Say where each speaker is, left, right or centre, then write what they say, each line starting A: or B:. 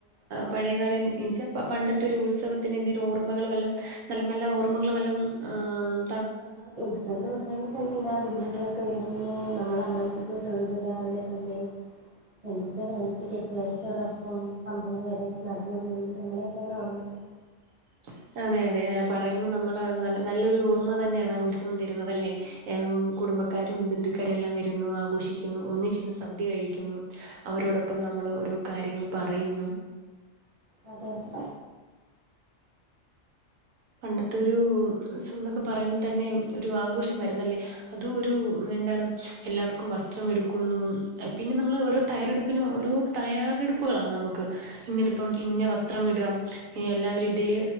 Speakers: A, on the right (about 75°); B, on the right (about 30°).
A: പഴയകാലം എന- ഇപ്പോം പണ്ടത്തൊരു ഉത്സവത്തിന് എന്തേലും ഓർമ്മകള് വല്ലോം നല്ല നല്ല ഓർമ്മകള് വല്ലോം ആഹ്
B: ആഹ ഉത്സവ എന്ന് പറയുമ്പോ തന്നെ എന്താ ബന്ദുക്കളൊക്കെ വരുന്നു നമ്മൾ അമ്പലത്തിൽ പോയി തൊഴുന്നു രാവിലെ സമയം എന്നിട്ട് വൈകിട്ട് കെട്ടിയോൻസിനോടൊപ്പം അമ്പലം വരെ നടന്ന് വന്ന് എങ്ങനെയൊക്കെയാണ് ഉറങ്ങാ
A: ഉ <unintelligible> അതെ അതെ പറയുമ്പോ നമ്മള് നല്ല നല്ലൊരു ഓർമ്മ തന്നെയാണ് ഉത്സവം തരുന്നതല്ലേ കുടുംബക്കാരും ബന്ധുക്കാരെല്ലാം വരുന്നു ആഘോഷിക്കുന്നു ഒന്നിച്ചിരുന്ന് സദ്യ കഴിക്കുന്നു അവരോടൊപ്പം നമ്മള് ഓരോ കാര്യങ്ങൾ പറയുന്നു
B: അതെയതെ
A: പണ്ടത്തെ ഒരു ഉത്സവം ന്നൊക്കെ പറയുമ്പോ തന്നെ ഒരു ആഘോഷം ആരുന്നല്ലേ അതും ഒരു എന്താണ് എല്ലാവർക്കും വസ്ത്രം എടുക്കുന്നു പിന്നെ നമ്മൾ ഓരോ തയ്യാറെടുപ്പിനും ഓരോ തയ്യാറെടുപ്പുകളാണ് നമ്മക്ക് ഇന്നത് ഇപ്പം ഇന്ന വസ്ത്രം ഇടാം ഇ എല്ലാവരും ഇതേ